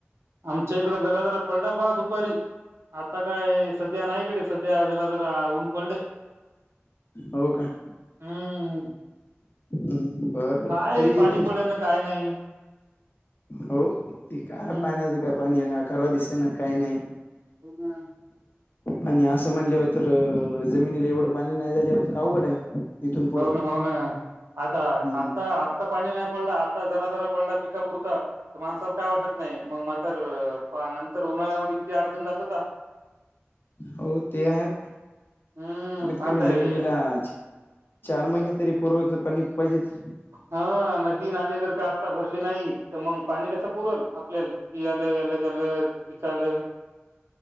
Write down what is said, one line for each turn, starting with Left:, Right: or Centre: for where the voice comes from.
Right: आमच्या इकड जरा, जरा पलढापा दुपारी. आता काय सध्या नाई इकडे सध्या जरा जरा ऊन पडले.
Left: हो का?
Right: हम्म.
Left: हम् बर बर
Right: काय
Left: तरी
Right: पाणी
Left: तुमची?
Right: पडे ना काय नाही.
Left: हो, ते काय?
Right: हम्म
Left: पाण्याचं काय पाणी येईना करा दिसे ना काही नाही.
Right: हो ना?
Left: आणि असं म्हणल्याव तर, जमिनीला एवढं पाणी नाही झाल्याव अवघड आहे. इथून पुढं
Right: हो ना, हो ना आता
Left: हम्म
Right: आता आ ता पाणी नाही पडल आत्ता जरा जरा पडल पिकापुरत तर माणसाला काय वाटत नाही मग मातर पा नंतर उन्हाळ्यामध्ये किती अडचण जात का?
Left: हो ते आहे कमीत
Right: हम्म
Left: कमी
Right: आता
Left: जमिनीलाज?
Right: हे
Left: चार महिने तरी पुरवल पाणी पाहिजेत?
Right: हा नदी नाले जर का आता भरले नाही? तर मग पाणी कस पुरल आपल्याला? याल याल झालं पिक आलं.